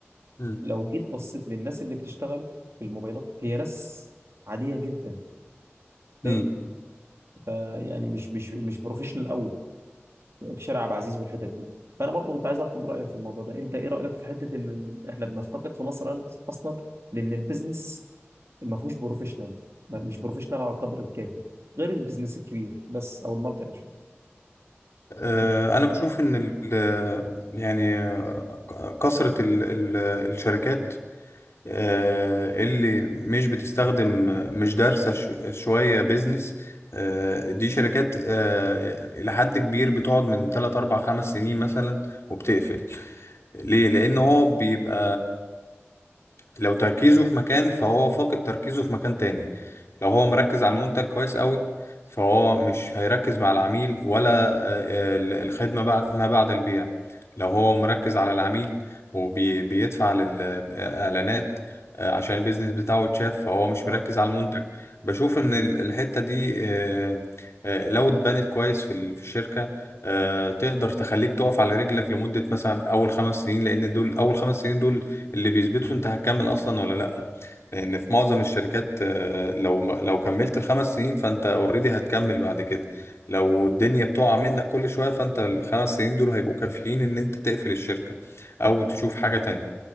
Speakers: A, on the left; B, on the right.
A: مم.
B: لو جيت بصيت للناس اللي بتشتغل في الموبايلات هي ناس عادية جدا
A: مم.
B: فاهم فيعني مش مش مش بروفيشنال قوي في شارع عبد العزيز والحتت دي فانا برضه كنت عايز اخد رايك في الموضوع ده انت ايه رايك في حته ان ال- احنا بنفتقد في مصر أن- اصلا لان البيزنس ما فيهوش بروفيشنال ما- مش بروفيشنال على القدر الكافي غير البيزنس الكبير بس او المالتي ناشونال
A: آه،
B: فاهم؟
A: انا بشوف ان ال- يعني آه، كثرة ال- ال- الشركات آه، اللي مش بتستخدم مش دارسة ش- شوية بيزنس آه، دي شركات آه، إلى حد كبير بتقعد من 3 4 5 سنين مثلا وبتقفل ليه؟ لأن هو بيبقى لو تركيزه في مكان فهو فاقد تركيزه في مكان تاني لو هو مركز على المنتج كويس قوي فهو مش هيركز مع العميل ولا آه، آه، الخدمة بعد ما بعد البيع لو هو مركز على العميل وبيدفع للإعلانات آه، عشان البيزنس بتاعه يتشاف فهو مش
B: اه
A: مركز على المنتج بشوف إن ال- الحتة دي آه، آه، لو اتبنت كويس في ال- في الشركة آه، تقدر تخليك تقف على رجلك لمدة مثلا أول خمس سنين لأن دول أول خمس سنين دول اللي بيثبتوا انت هتكمل اصلا ولا لا لان في معظم الشركات آه، لو ما- لو كملت الخمس سنين فانت اوريدي هتكمل بعد كده لو الدنيا بتقع منك كل شوية فانت الخمس سنين دول هيبقوا كافيين ان انت تقفل الشركة او تشوف حاجة تانية